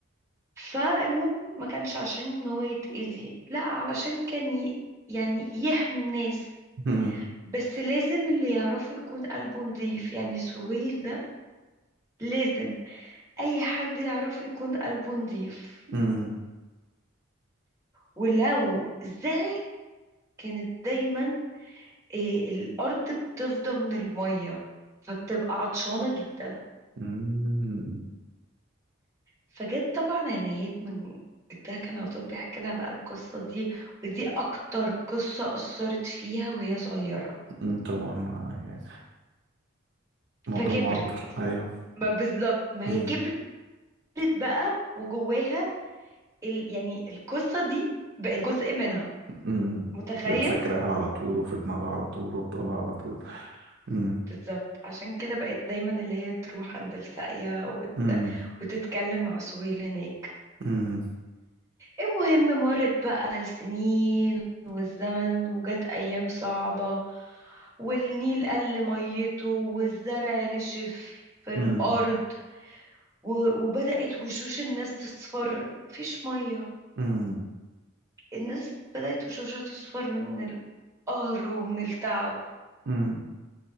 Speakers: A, on the right; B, on the right.
A: فالمهم ما كانش عشان ان هو يتأذي لا علشان كان ي... يعني يحمي الناس
B: <laughs> أمم،
A: بس لازم اللي يعرفه يكون قلبه نضيف يعني سهيل ده لازم اي حد يعرفه يكون قلبه نضيف
B: أمم،
A: ولو زعل كانت دايما إيه الارض بتفضى من المية فبتبقى عطشانة جدا
B: أمم،
A: فجت طبعا عنايات من جدها كان على طول بيحكي لها بقى القصة دي ودي اكتر قصة اثرت فيها وهي صغيرة
B: أمم. طبعا آه، موضوع
A: فكبرت
B: معبر ايوه
A: ما بالظبط ما
B: امم
A: هي كبرت بقى وجواها ال... يعني القصة دي بقت جزء منها
B: امم
A: متخيل
B: بتفكرها على طول وفي دماغها على طول وبتقولها على طول امم
A: بالظبط عشان كده بقت دايما اللي هي تروح عند الساقية وت...
B: امم
A: وتتكلم مع سهيل هناك
B: امم
A: المهم مرت بقى السنين والزمن وجت أيام صعبة والنيل قل ميته والزرع نشف في الأرض
B: امم
A: و... وبدأت وشوش الناس تصفر مفيش مية
B: امم
A: الناس بدأت وشوشها تصفر من القهر ومن التعب
B: امم